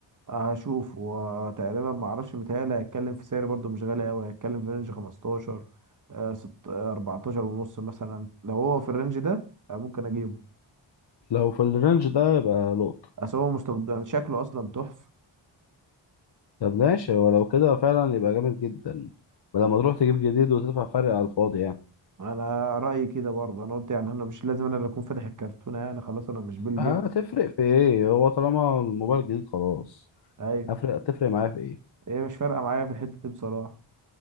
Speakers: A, on the right; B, on the left.
A: هشوف وتقريبا ما اعرفش متهيألي هيتكلم في سعر برضو مش غالي قوي هيتكلم في رينج 15 آه، ست- آه، 14 ونص مثلا لو هو في الرينج ده آه، ممكن اجيبه
B: لو في الرينج ده يبقى لقطة
A: اصل هو مستخدم شكله اصلا تحفه
B: طب ماشي ولو كده فعلا يبقى جامد جدا ولما تروح تجيب جديد وتدفع فرق على الفاضي يعني
A: انا رايي كده برضه انا قلت يعني انا مش لازم انا اللي اكون فاتح الكرتونه يعني خلاص انا مش بيل
B: هتفرق
A: جيتس
B: في ايه هو طالما الموبايل جديد خلاص
A: ايوه
B: هفرق هتفرق معايا في ايه
A: هي مش فارقه معايا في الحته دي بصراحه